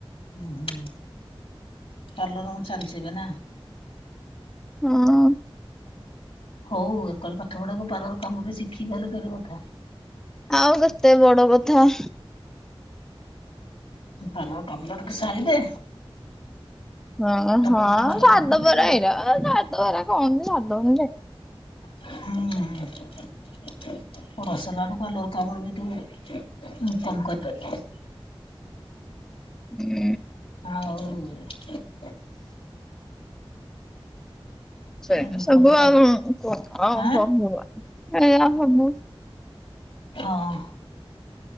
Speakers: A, on the left (about 80°); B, in the centre.
A: ହୁଁ ପାର୍ଲର ଚାଲିଛିି ଏବେ ନା।
B: ହଁ।
A: ହଉ ଏକରେ ପାଠ ପଢାକୁ ପାର୍ଲର କାମବି ଶିଖି ଗଲୁ କେଡେ କଥା।
B: ଆଉ କେତେ ବଡ କଥା।
A: ପାର୍ଲର କାମଡ ଟିକେ ସାରି ଦେ।
B: ହଁ ହଁ
A: ପଢ ପାଠ
B: ସାରିଦବୁ
A: ପଢ ହେଲେ କଲ
B: ଏଇରା ଏଇରା। ଏରା କଣ ଯେ ସାରିଦବ <unintelligible>
A: ହୁଁ। ପଢା ସାଲଢୁ ପାର୍ଲର କାମବି ତୁ ଇନକମ କରିପାରିବୁ।
B: ହୁଁ।
A: ଆଉ।
B: ସେଇତ
A: ଇନକମ
B: ସବୁ
A: କରି
B: ଆଉ କଣ ଆଉ
A: ଆଁ
B: ଭାଗବାନ ହେଇୟା ହବୁ।
A: ହଁ।